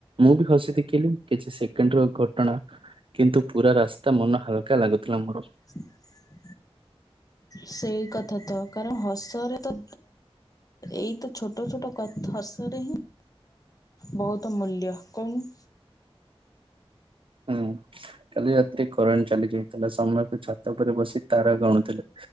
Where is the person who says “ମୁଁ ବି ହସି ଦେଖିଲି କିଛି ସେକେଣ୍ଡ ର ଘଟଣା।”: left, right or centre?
Right